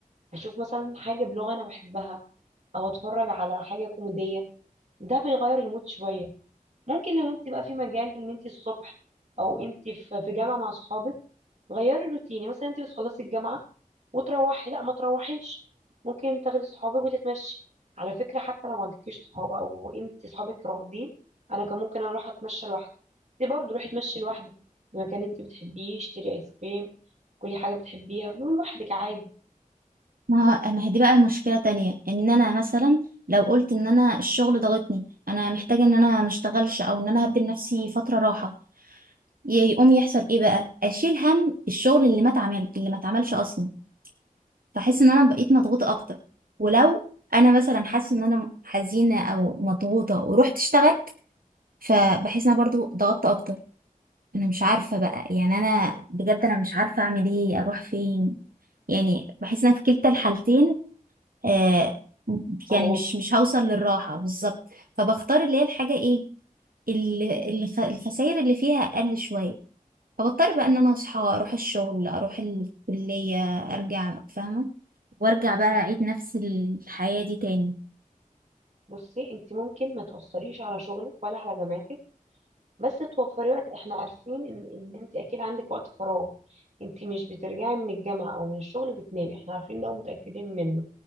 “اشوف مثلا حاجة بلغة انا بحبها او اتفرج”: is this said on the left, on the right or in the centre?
Right